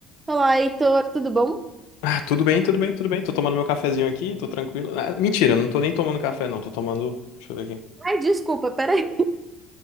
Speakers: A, on the right (about 25°); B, on the left (about 70°).
A: Olá, Heitor, tudo bom?
B: Ah, tudo bem, tudo bem, tudo bem. Tô tomando meu cafezinho aqui, tô tranquilo. Ah, mentira, não tô nem tomando café, não. Tô tomando. Deixa eu ver aqui.
A: Ai, desculpa, peraí.